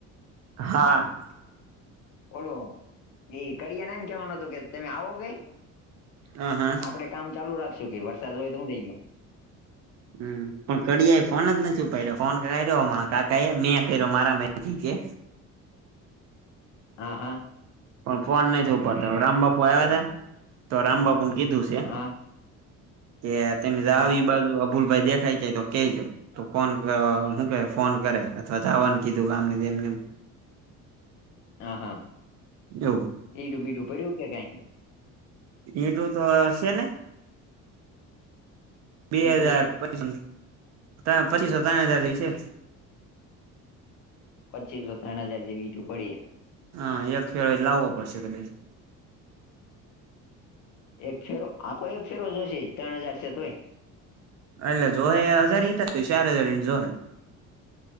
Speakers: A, on the right; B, on the left.
A: હા.
B: ઓલો એ કડિયાને એમ કેવાનું હતું કે તમે આવો કઈ?
A: હ હા
B: આપડે કામ ચાલુ રાખશું કે વરસાદ હોય તો હું થઈ ગયો.
A: હમ પણ કડિયા એ ફોન જ નથી ઉપાડ્યો ફોન કર્યો કાકા એ મેં કર્યો મારા મા છે.
B: હા હા.
A: પણ ફોન નહી છપાતા રામ બાપુ આવ્યા
B: છે
A: હતા તો રામ બાપુ ને કીધું- છે
B: હા.
A: કે તમે આવી
B: હા
A: બાજ અભુલ ભાઈ દેખાય કે તો કેજો. તો ફોન શું કે ફોન કરે અથવા જવાનું કીધું ગામને- -
B: હ હા.
A: એવુ-
B: બીટું બીટું પડું કે કઈ?
A: ટું તો હશે ને બે
B: ઈટું
A: હજાર
B: છે
A: પસ ત પચીસો ત્રણ હજાર દિવસે.
B: પચીસો ત્રણ હજાર જેવી ટું પડી.
A: હા એક ફેર લાવવો પડશે કદાચ.
B: એક ફેરો આખો એક ફેરો જોશે ત્રણ હજાર છે તોય?
A: એટલે જો હ હજાર શાર હજાર જો.